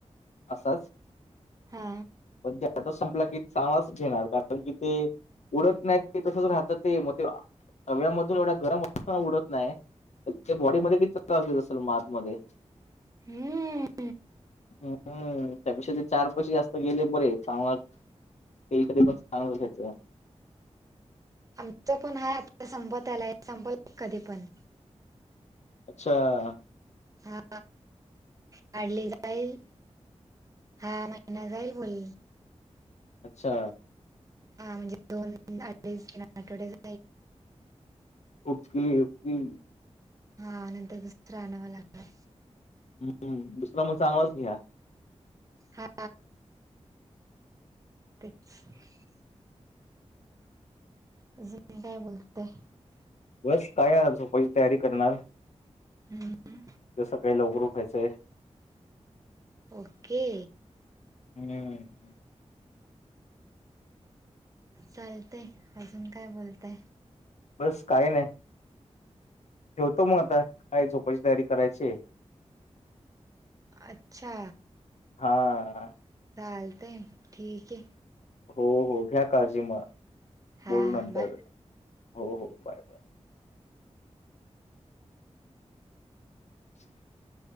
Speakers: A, on the left (about 75°); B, on the right (about 30°).
A: असाच.
B: हा
A: पण ते आताच संपलं की चावाच घेणार कारण की ते. उडत नाही ते तसच राहत ते मग ते हव्यामधून एवढा गरम असताना उडत नाही तर त्या बॉडीमध्ये किती त्रास देत असेल मात मध्ये.
B: हम्म.
A: हम्म त्यापेक्षा ते चार पैसे जास्त गेले बरे चांगला तेल कधी पण चागलं घ्यायचं.
B: आमच पण आहे आता संपत आलय संपल कधी पण.
A: अच्छा.
B: हा काढली जाईल. हा महिना जाईल बोल
A: अच्छा.
B: हा म्हणजे दोन आदिज तीन आठवडे जाईल.
A: Okay okay.
B: हा नंतर दुसर आणावं लागणार.
A: हम्म दुसरा मग चांगलाच घ्या.
B: हा. तेच. अजून काय बोलतय.
A: बस काय आता झोपायची तयारी करणार हाय.
B: हम्म.
A: उद्या सकाळी लवकर उठायचंय.
B: ओके.
A: हम्म.
B: चालतय अजून काय बोलताय.
A: बस काही नाही. ठेवतो म आता काय झोपायची तयारी करायची हाय.
B: अच्छा.
A: हा.
B: चालतंय ठीक आहे.
A: हो हो घ्या काळजी म
B: हा
A: बोलू
B: हा
A: नंतर
B: बाय
A: हो हो बाय बाय. <inaudible>